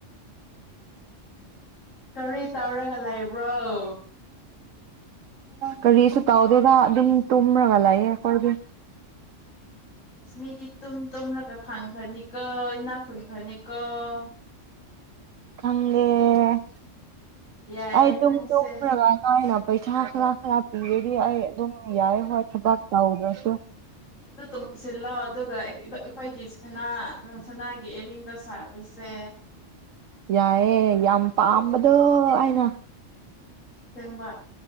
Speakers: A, on the left; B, on the right.
A: ꯀꯔꯤ ꯇꯧꯔꯒ ꯂꯩ <unintelligible>
B: ꯀꯔꯤꯁꯨ ꯇꯥꯎꯗꯦꯗ ꯑꯗꯨꯝ ꯇꯨꯝꯔꯒ ꯂꯥꯛꯌꯦ ꯑꯩꯈꯣꯏꯒꯤ
A: ꯏꯁꯃꯤꯗꯤ ꯇꯨꯝ ꯇꯨꯝꯂꯒ ꯐꯪꯈ꯭ꯔꯅꯤ ꯀ‍ꯣ ꯏꯅꯥꯈꯨꯟꯈ꯭ꯔꯅꯤ ꯀ‌ꯣ
B: <unintelligible>
A: ꯌꯥꯏꯌꯦ
B: ꯑꯩ ꯇ
A: ꯅꯪꯁꯦ
B: ꯇꯒꯅ ꯍꯥꯏꯅ ꯄꯩꯁꯥꯔ ꯄꯦꯗꯤ ꯑꯗꯨꯝ ꯌꯥꯏꯦ ꯍꯣꯏ ꯊꯕꯥꯛ ꯇꯧꯗ꯭ꯔꯁꯨ
A: ꯑꯗꯨ ꯇꯨꯡꯁꯤꯜꯂꯣ ꯑꯗꯨꯒ ꯑꯩꯈꯣꯏꯒꯤ ꯁꯅꯥ ꯁꯅꯥꯒꯤ ꯑꯔꯤꯡꯗꯣ ꯁꯥꯕꯁꯦ
B: ꯌꯥꯏꯑꯦ ꯌꯥꯝ ꯄꯥꯝꯕꯗꯣ ꯑꯏꯅꯥ
A: ꯁꯦꯡꯕ